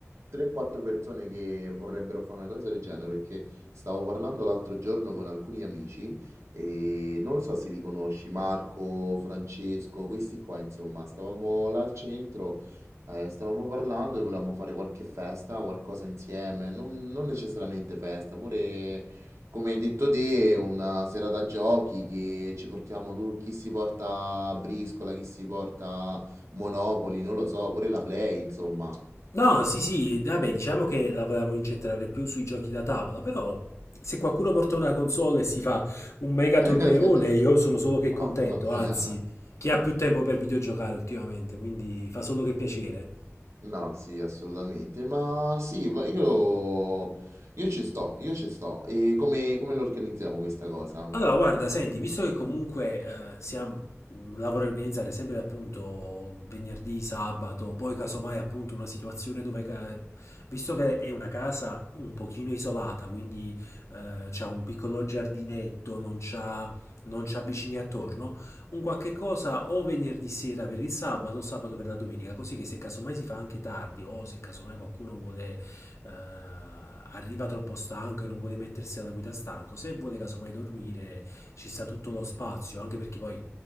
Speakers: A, on the right; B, on the left.
A: 3-4 persone che vorrebbero fare una cosa del genere, perché stavo parlando l'altro giorno con alcuni amici e non lo so se li conosci, Marco, Francesco, questi qua, insomma, stavamo là al centro, eh, stavamo parlando e volevamo fare qualche festa, qualcosa insieme, non, non necessariamente festa, pure Come hai detto te, è una serata giochi che ci portiamo tu, chi si porta a briscola, chi si porta Monopoli, non lo so, pure la Play, insomma.
B: No, sì, sì, vabbè, diciamo che la volevamo incentrare più sui giochi da tavola, però se qualcuno porta una console e si fa un mega
A: <laughs>
B: torneone, io sono solo che
A: Mamma
B: contento,
A: mia.
B: anzi, chi ha più tempo per videogiocare ultimamente, quindi fa solo che piacere.
A: No, sì, assolutamente. Ma sì, va- io, io ci sto, io ci sto. E come, come lo organizziamo questa cosa?
B: Allora, guarda, senti, visto che comunque eh, siamo, la vorrei organizzare sempre appunto venerdì, sabato, poi casomai appunto una situazione dove, ca- visto che è una casa un pochino isolata, quindi eh, c'ha un piccolo giardinetto, non c'ha, non c'ha vicini attorno, un qualche cosa o venerdì sera per il sabato o sabato per la domenica, così che se casomai si fa anche tardi o se casomai qualcuno vuole eh, arriva troppo stanco e non vuole mettersi alla guida stanco, se vuole casomai dormire ci sta tutto lo spazio, anche perché poi